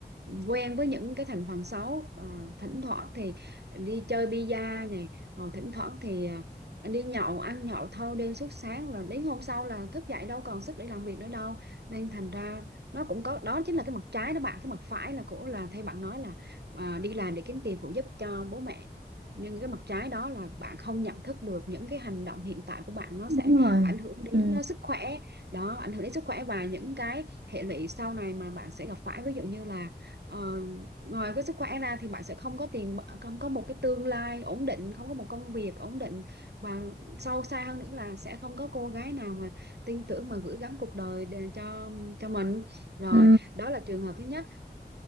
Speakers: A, on the right; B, on the right.
A: quen với những cái thành phần xấu Ờ, thỉnh thoảng thì đi chơi bida nè rồi thỉnh thoảng thì ờ, đi nhậu ăn nhậu thâu đêm suốt sáng rồi đến hôm sau là thức dậy đâu còn sức để làm việc nữa đâu nên thành ra nó cũng có đó chính là cái mặt trái đó bạn cái mặt phải là của là theo bạn nói là ờ, đi làm để kiếm tiền phụ giúp cho bố mẹ nhưng cái mặt trái đó là bạn không nhận thức được những cái hành động hiện tại của bạn nó sẽ
B: đúng rồi
A: ảnh hưởng đến
B: ừ.
A: uh, sức khỏe đó ảnh hưởng đến sức khỏe và những cái hệ lụy sau này mà bạn sẽ gặp phải ví dụ như là ờ, ngoài cái sức khỏe ra thì bạn sẽ không có tiền không có một cái tương lai ổn định không có một công việc ổn định và sâu xa hơn nữa là sẽ không có cô gái nào mà tin tưởng mà gửi gắm cuộc đời để cho cho mình rồi
B: Ừ.
A: đó là trường hợp thứ nhất